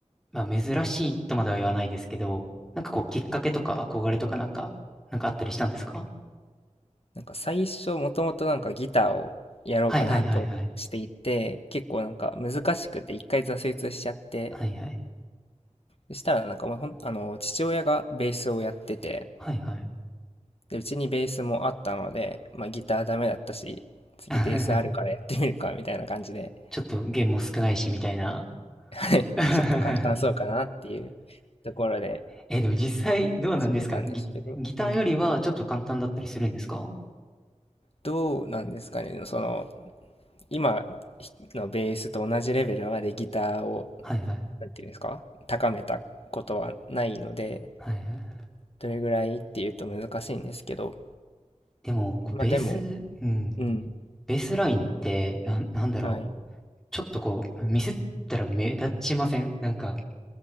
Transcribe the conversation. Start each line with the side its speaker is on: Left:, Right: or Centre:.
Centre: う、まあ珍しいとまでは言わないですけど、なんかこうきっかけとか憧れとかなんか、なんかあったりしたんですか
Left: なんか最初もともとなんかギターをやろうかなとしていて、
Centre: はいはいはいはい。
Left: 結構なんか難しくて一回挫折しちゃって、
Centre: はいはい。
Left: そしたらなんかもうほん、あの、父親がベースをやってて、
Centre: はいはい。
Left: で、うちにベースもあったので、まあギターダメだったし、次ベースあるからやってみるかみたいな感じで、
Centre: <laughs> ちょっと弦も少ないし、みたいな。
Left: <laughs> はい、
Centre: <laughs>
Left: ちょっと簡単そうかなっていうところで
Centre: え、でも実際どうなんですかギ、
Left: 始めたんですけど、
Centre: ギターよりはちょっと簡単だったりするんですかは
Left: うん。どうなんですかね、その、今のベースと同じレベルまでギターを
Centre: いはい。
Left: なんていうんですか、高めたことはないので、
Centre: はいはい。
Left: どれぐらいっていうと難しいんですけど、
Centre: でも、こうベース、
Left: まあでも、
Centre: うん、
Left: うん、
Centre: ベースラインって、なん、なんだろう。
Left: はい。
Centre: ちょっとこう、ミスったら目立ちませんなんか、